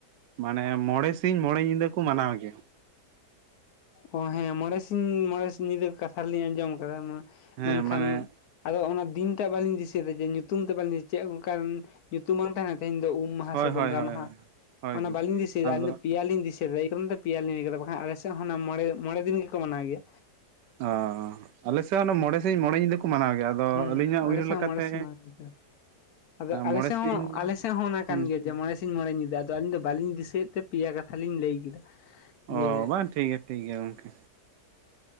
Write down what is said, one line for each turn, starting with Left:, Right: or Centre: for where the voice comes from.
Right: ᱢᱟᱱᱮ ᱢᱚᱬᱮ ᱥ ᱥᱤᱧ ᱢᱚᱬᱮ ᱧᱤᱫᱟᱹ ᱠᱚ ᱢᱟᱱᱟᱣ ᱜᱮᱭᱟ
Left: ᱚ ᱦᱮᱸ ᱢᱚᱬᱮ ᱥᱤᱧ ᱢᱚᱬᱮ ᱥᱤᱧ ᱧᱤᱫᱟᱹ ᱠᱟᱛᱷᱟ ᱨᱮᱞᱤᱧ ᱟᱸᱡᱚᱢ ᱟᱠᱟᱫᱟ
Right: ᱦᱮᱸ
Left: ᱢᱮᱱᱠᱷᱟᱱ
Right: ᱢᱟᱱᱮ
Left: ᱟᱫᱚ ᱚᱱᱟ ᱫᱤᱱ ᱴᱟᱜ ᱵᱟᱞᱤᱧ ᱫᱤᱥᱟᱹᱭᱫᱟ ᱡᱮ ᱧᱩᱛᱩᱢ ᱛᱮ ᱵᱟᱞᱤᱧ ᱪᱮᱫ ᱚᱱᱠ ᱧᱩᱛᱩ ᱵᱟᱝ ᱛᱟᱦᱮᱱᱟ ᱛᱮᱦᱧ ᱫᱚ ᱩᱢ ᱢᱟᱦᱟ
Right: ᱦᱳᱭ
Left: ᱥᱮ ᱵᱚᱸᱜᱟ
Right: ᱦᱳᱭ ᱦᱳᱭ
Left: ᱢᱟᱦᱟ
Right: ᱦᱳᱭ ᱦᱳᱭ
Left: ᱚᱱᱟ
Right: ᱜᱚᱝᱠᱮ
Left: ᱵᱟᱞᱤᱧ ᱫᱤᱥᱟᱹᱭᱮᱜ-ᱟ
Right: ᱟᱫᱚ
Left: ᱟᱧ ᱫᱚ ᱯᱮᱭᱟ ᱞᱤᱧ ᱫᱤᱥᱟᱹᱭᱮᱫᱟ ᱮ ᱠᱟᱨᱚᱱ ᱛᱮ ᱯᱮᱭᱟ ᱞᱟᱹᱭ ᱠᱮᱫᱟ ᱵᱟᱠᱷᱟᱱ ᱟᱞᱮ ᱥᱮᱫ ᱦᱚᱸ ᱚᱱᱟ ᱢᱚᱬᱮ ᱢᱚᱬᱮ ᱫᱤᱱ ᱜᱮᱠᱚ ᱢᱟᱱᱟᱣ ᱜᱮᱭᱟ
Right: ᱚ ᱟᱞᱮᱥᱮᱫ ᱦᱚ ᱥᱤᱧ ᱢᱚᱬᱮ ᱧᱤᱫᱟᱹ ᱠᱚ ᱢᱟᱱᱟᱣ ᱜᱮᱭᱟ ᱟᱫᱚ
Left: ᱦᱩᱸ
Right: ᱟᱹᱞᱤᱧᱟᱜ
Left: ᱟᱞᱮ
Right: ᱩᱭᱦᱟᱹᱨ
Left: ᱥᱮᱫ
Right: ᱞᱮᱠᱟᱛᱮ
Left: ᱦᱚ ᱢᱚᱲᱮ ᱥᱤᱧ ᱢᱚᱲᱮ ᱧᱤᱫᱟᱹ ᱟᱫᱚ ᱟᱞᱮ
Right: ᱢᱚᱬᱮ
Left: ᱥᱮᱫ
Right: ᱥᱤᱧ
Left: ᱦᱚᱸ ᱟᱞᱮ ᱥᱮᱫ ᱦᱚᱸ ᱚᱱᱟ
Right: ᱦᱩᱸ
Left: ᱠᱟᱱ ᱜᱮᱭᱟ ᱡᱮ ᱢᱚ ᱢᱚᱬᱮ ᱧᱤᱫᱟᱹ ᱟᱫᱚ ᱟᱹᱞᱤᱧ ᱫᱚ ᱵᱟᱹᱞᱤᱧ ᱫᱤᱥᱟᱹᱭᱮᱫ ᱛᱮ ᱯᱮᱭᱟ ᱠᱟᱛᱷᱟ ᱞᱤᱧ ᱞᱟᱹᱭ ᱠᱮᱫᱟ
Right: ᱚ
Left: ᱡᱮ
Right: ᱵᱟᱝ ᱴᱷᱤᱠ ᱜᱮᱭᱟ ᱴᱷᱤᱠ ᱜᱮᱭᱟ ᱜᱚᱝᱠᱮ